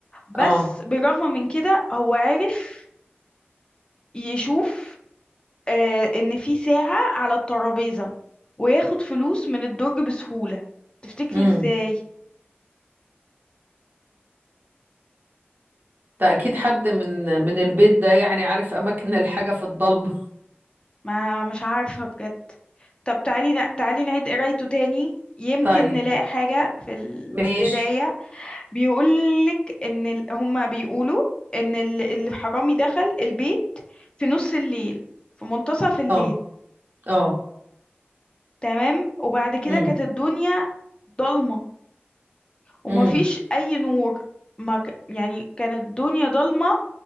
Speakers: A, on the left; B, on the right.
A: بس
B: اه
A: بالرغم من كده هو عرف يشوف آه إن في ساعة على الترابيزة وياخد فلوس من الدرج بسهولة تفتكري
B: امم
A: إزاي
B: ده اكيد حد من من البيت ده يعني عارف اماكن الحاجة في الضلمة
A: ما مش عارفة بجد طب تعالي ن- تعالي نعيد قرايته تاني يمكن
B: <laughs> طيب
A: نلاقي حاجة في القراية
B: ماشي
A: بيقولك إن ال- هما بيقولوا إن ال- الحرامي دخل البيت في نص الليل في منتصف الليل
B: اه اه
A: تمام وبعد كده
B: امم
A: كانت الدنيا ضلمة ومفيش
B: امم
A: أي نور ما ك... يعني كانت الدنيا ضلمة